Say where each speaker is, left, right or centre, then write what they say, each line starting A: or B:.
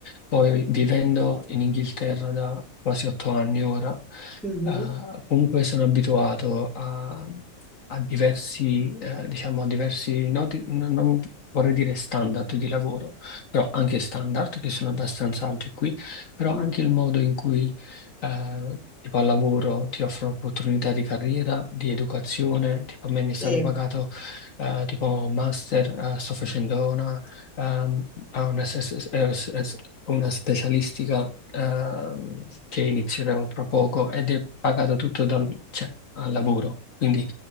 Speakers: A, on the left; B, in the centre.
A: Poi vivendo in Inghilterra da quasi otto anni ora,
B: Mhm,
A: eh, comunque sono abituato a, a diversi, eh, diciamo, a diversi, no, di- n- non vorrei dire standard di lavoro, però anche standard che sono abbastanza alti qui, però
B: mhm.
A: anche il modo in cui eh, tipo al lavoro ti offrono opportunità di carriera, di educazione, tipo a me mi è stato
B: Sì.
A: pagato eh, tipo master, eh, sto facendo una, ehm, a una, s- s- s- eh, s- una specialistica ehm, che inizierò tra poco ed è pagato tutto dal, cioè, al lavoro. Quindi